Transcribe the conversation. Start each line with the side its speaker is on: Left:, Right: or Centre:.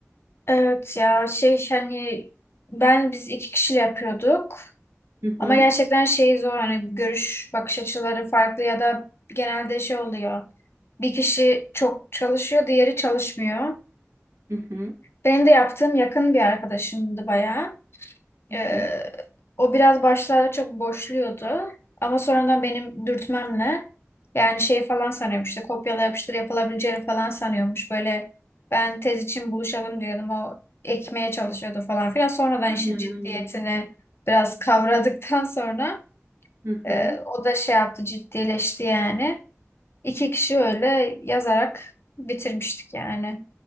Left: Evet ya şey hani ben biz iki kişiyle yapıyorduk
Right: Hı hı.
Left: ama gerçekten şey zor hani görüş bakış açıları farklı ya da genelde şey oluyor. Bir kişi çok çalışıyor diğeri çalışmıyor.
Right: Hı hı,
Left: Benim de yaptığım yakın bir arkadaşımdı bayağı.
Right: hı
Left: Ee,
Right: hı.
Left: o biraz başlarda çok boşluyordu. Ama sonradan benim dürtmemle yani şey falan sanıyormuş işte kopyala yapıştır yapılabileceğini falan sanıyormuş. Böyle ben tez için buluşalım diyordum o ekmeye çalışıyordu falan filan. Sonradan
Right: Aynen
Left: işin ciddiyetini
Right: aynen.
Left: biraz kavradıktan <laughs> sonra
Right: Hı hı.
Left: e, o da şey yaptı ciddileşti yani. İki kişi öyle yazarak bitirmiştik yani.